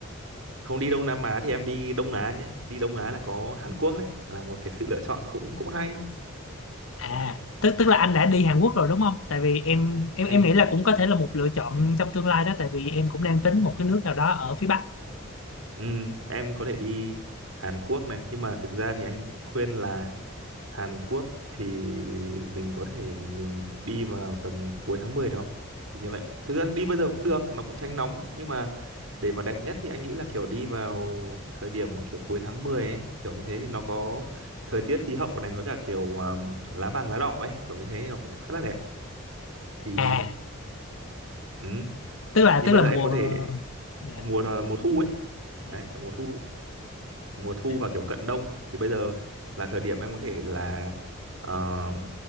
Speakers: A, on the right; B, on the left.
A: không đi Đông Nam Á thì em đi Đông Á nhé đi Đông Á là có Hàn Quốc đấy là một cái sự lựa chọn cũng cũng hay
B: À, tức tức là anh đã đi Hàn Quốc rồi đúng không? Tại vì em em
A: anh
B: em nghĩ là cũng có thể là một lựa chọn trong tương lai đó tại vì em cũng đang tính một cái nước nào đó ở phía Bắc.
A: ừ, em có thể đi Hàn Quốc này nhưng mà thực ra thì anh khuyên là Hàn Quốc thì mình có thể mình đi vào tầm cuối tháng 10 đó thì như vậy thực ra đi bây giờ cũng được nó cũng tránh nóng nhưng mà để mà đẹp nhất thì anh nghĩ là kiểu đi vào thời điểm là kiểu cuối tháng 10 ấy kiểu như thế thì nó có thời tiết khí hậu này với cả kiểu um, lá vàng lá đỏ ấy kiểu như thế nó cũng khá là đẹp thì
B: À,
A: Ừ.
B: tức là
A: Thì
B: tức
A: bây
B: là
A: giờ em
B: mùa
A: có thể
B: Dạ.
A: mùa ờ, mùa thu ấy
B: Ừ.
A: đấy kiểu mùa thu ấy. mùa thu
B: Dạ,
A: và kiểu cận đông thì bây giờ là thời điểm em có thể là ờ,